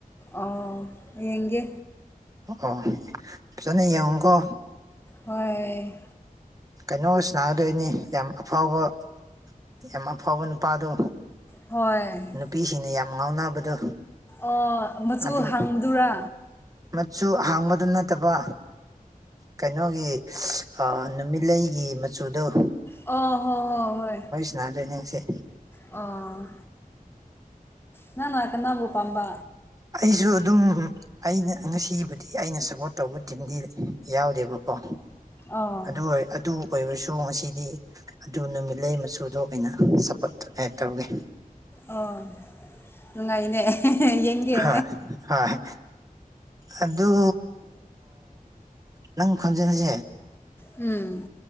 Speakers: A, on the left; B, on the right.
A: ꯑꯥꯎ ꯌꯦꯡꯒꯦ
B: ꯑꯣ ꯐꯖꯅ ꯌꯦꯡꯉꯨꯀꯣ
A: ꯍꯣꯏ
B: ꯀꯩꯅꯣ ꯑꯣꯏꯁꯨ ꯒꯗꯣꯏꯅꯤ ꯌꯥꯝ ꯑꯐꯥꯎꯕ ꯌꯥꯝ ꯐꯣꯕ ꯅꯨꯄꯥꯗ
A: ꯍꯣꯏ
B: ꯅꯨꯄꯤꯁꯤꯡꯅ ꯌꯥꯝ ꯉꯥꯎꯅꯕꯗꯣ
A: ꯑꯣ ꯃꯆꯨ
B: ꯑꯗꯨ
A: ꯍꯥꯡꯕꯗꯨꯔꯥ
B: ꯃꯆꯨ ꯍꯥꯡꯕꯗꯨ ꯅꯠꯇꯕ ꯀꯩꯅꯣꯒꯤ ꯅꯨꯃꯤꯠꯂꯩꯒꯤ ꯃꯆꯨꯗꯨꯣ
A: ꯑꯣ ꯍꯣ ꯍꯣꯏ ꯍꯣꯏ
B: ꯌꯥꯅꯥꯗ꯭ꯔꯦ ꯅꯤꯡꯁꯦ
A: ꯑꯥ ꯅꯪ ꯉꯅꯥ ꯀ ꯅꯅꯥꯕꯨ ꯄꯥꯝꯕ
B: ꯑꯩꯁꯨ ꯑꯗꯨꯝ ꯑꯩꯅ ꯉꯁꯤꯕꯨꯗꯤ ꯑꯩꯅ ꯁꯞꯄꯣꯔꯠ ꯇꯧꯕ ꯇꯤꯝꯗꯤ ꯂꯩ ꯌꯥꯎꯗꯦꯕꯀꯣ
A: ꯑꯣ
B: ꯑꯗꯨ ꯑꯣꯏ ꯑꯗꯨ ꯑꯣꯏꯔꯁꯨ ꯉꯁꯤꯗꯤ ꯑꯗꯨ ꯅꯨꯃꯤꯠꯂꯩ ꯃꯆꯨꯗꯣ ꯑꯩꯅ ꯁꯞꯄꯣꯔꯠ ꯇꯧꯏꯦ
A: ꯑꯣ ꯅꯨꯡꯉꯥꯏꯅꯦ ꯌꯦꯡꯒꯦ
B: ꯍꯣꯏ ꯍꯣꯏ ꯑꯗꯨ ꯅꯪ ꯈꯣꯟꯖꯔꯤꯁꯦ
A: ꯎꯝ